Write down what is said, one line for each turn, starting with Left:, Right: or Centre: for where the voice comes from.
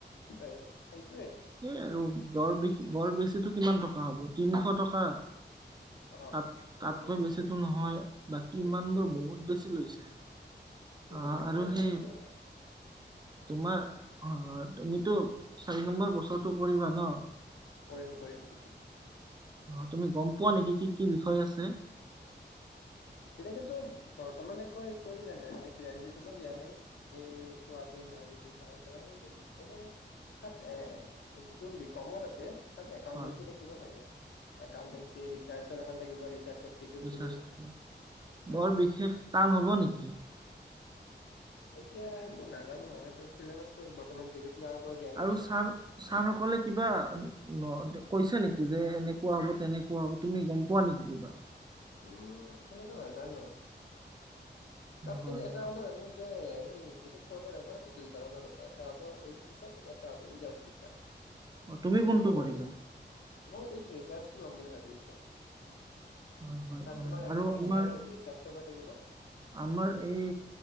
Left: তাই সেইটোৱে
Right: সেই আৰু বৰ বে বৰ বেছিতো টকা হ'ব তিনিশ টকা
Left: অ
Right: তাত
Left: সেইটোৱে
Right: তাতকৈ বেছিটো নহয় বাকী ইমান
Left: নহয়
Right: বোৰ বহুত বেছি লৈছে।
Left: বহুত
Right: অ'
Left: বেছি
Right: আৰু
Left: হয়
Right: সেই
Left: সেইটো হয়
Right: তোমাৰ হয় হয়। তুমিতো চাৰি নম্বৰ বছৰটো কৰিবা ন?
Left: কৰিম, কৰিম।
Right: অ' তুমি গ'ম পোৱা নেকি কি কি বিষয় আছে?
Left: তেনেকেতো বৰ্তমান একো কৰিলানে নাই মানে ক্লাৰিফিকেশ্যন দিয়া নাই। মি গুৱাহাটী ইউনিভাৰ্চিটি ভাল পঢ়া কিন্তু এনে। তাত এ যিটো বিকমত আছে একাউণ্টেিঞ্চ
Right: হয়
Left: থাকিবা চগে, একাউণ্টেঞ্চি ৰিৰ্ছাছৰ এখন থাকিব ৰিৰ্ছাছ চবষ্টিটিউট
Right: ৰিচাৰ্চ
Left: বুলি
Right: থাকে। বৰ
Left: আৰু
Right: বিশেষ টান হ'ব নেকি?
Left: এতিয়া সেইটো নাজানো নহয় এইটো চিলেবাচটো বৰ্তমান যিটো কিউআৰ কৰি দিয়া। নাই
Right: আৰু
Left: সিহঁতে।
Right: ছাৰ ছাৰ সকলে কিবা কৈছে নেকি যে এনেকুৱা হ'ব তেনেকুৱা হ'ব তুমি গ'ম পোৱা নেকি কিবা?
Left: উম তেনেকুৱা নাজানো। তাত
Right: হয়
Left: কিন্তু এটা
Right: হয়
Left: কথা জানো যে সেই যিটো ৰ্ফট ইয়েৰ হ'ব, সেইটো দুই ধৰণৰ হ'ব, এটা হ'ব উইথ ৰিচাৰ্জ আৰু এটা হ'ব উইথআউট ৰিচাৰ্জ।
Right: অ তুমি
Left: যিসকলে,
Right: কোনটো কৰিবা?
Left: মই উইথ ৰিৰ্চাজ লম বুলি ভাবিছো।
Right: হয় হয়
Left: তাত
Right: হয়
Left: তোমাৰ এখন
Right: আৰু
Left: এক্সট্ৰাকে
Right: আমাৰ
Left: ৰিচাৰ্জ পেপাৰ থাকিব।
Right: আমাৰ এই